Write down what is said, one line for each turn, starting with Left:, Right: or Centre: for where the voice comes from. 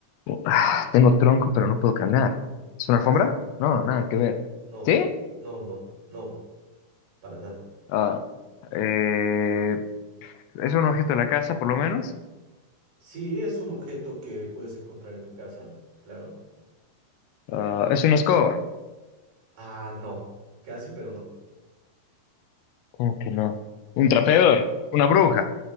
Left: Ah, tengo tronco, pero no puedo caminar. ¿Es una alfombra?
Right: exacto.
Left: No, nada que ver.
Right: No,
Left: ¿Sí?
Right: no, no, no, no, para nada.
Left: Ah, eh, ¿es un objeto de la casa, por lo menos?
Right: Sí, es un objeto que puedes encontrar en tu casa, claro.
Left: Ah, ¿es una escoba?
Right: Ah, no, casi, pero no.
Left: ¿Cómo que no? ¿Un trapeador? ¿Una bruja?